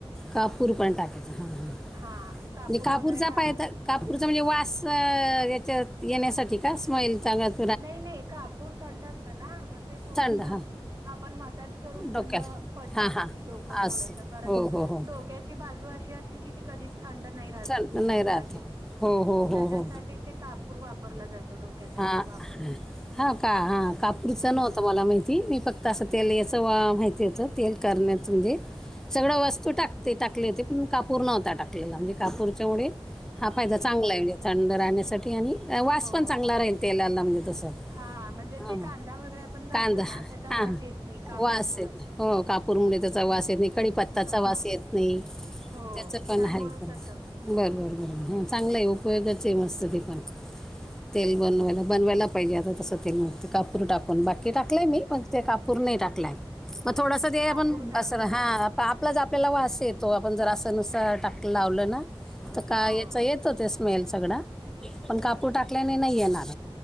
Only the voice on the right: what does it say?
हा
कापूर
वगैरे टाकला
नाही नाही कापूर थंड असतं ना मग ते थोडस
आपण
मसाज करून
थंड पडण्यासाठी
डोकं
थोडस कारण
डोक्याची बाजू अशी असती की ती कधीच थंड नाही राहत
म्हणजे
कुणाची
मग
त्याच्यासाठी
ते कापूर वापरलं जातो डोक्यासाठी
वापरला
जातो.
हम्म.
हो.
हा म्हणजे
जे कांदा वगैरे आपण घालतो
ना त्याचा
वास येत नाही कापूर
मुळ
हा.
हो
त्यामुळे
तसं
कापूर
टाकून
बघा.
हो